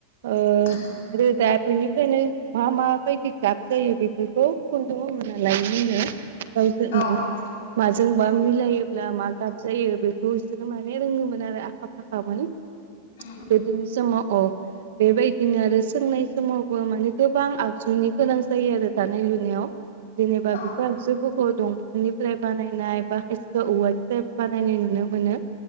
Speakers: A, on the right (about 80°); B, on the left (about 80°).
A: ओ
B: उम
A: रोदा बेनिफ्रायनो मा माबायदि गाब जायो बेफोरखौ। मोनालायनो गावजों
B: औ
A: माने
B: औ
A: माजोंबा मिलायोब्ला मा गाब जायो बेखौ बिसोरो माने रोङोमोन आरो आखा-फाखामोन।
B: उम
A: <unintelligible> बेबायदिनो आरो सोंनाय समावबो माने गोबां आगजुनि गोनां जायो आरो दानाय-लुनायाव। जेनेबा बिफोर
B: औ
A: आगसुफोरखौ दंफांनि फ्राय बानायनाय बा खायसेखौ औवानिफ्राय बानायनाय नुनो मोनो।